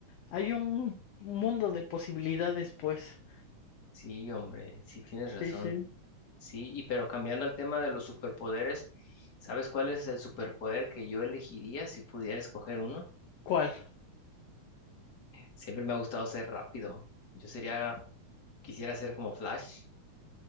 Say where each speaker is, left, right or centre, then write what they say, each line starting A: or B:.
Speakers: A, on the left (about 70°); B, on the left (about 35°).
A: hay un mundo de posibilidades, pues.
B: Sí, hombre, sí tienes
A: Sí,
B: razón.
A: sí.
B: Sí, y pero cambiando al tema de los superpoderes, ¿sabes cuál es el superpoder que yo elegiría si pudiera escoger uno?
A: ¿Cuál?
B: Siempre me ha gustado ser rápido. Yo sería, quisiera ser como Flash.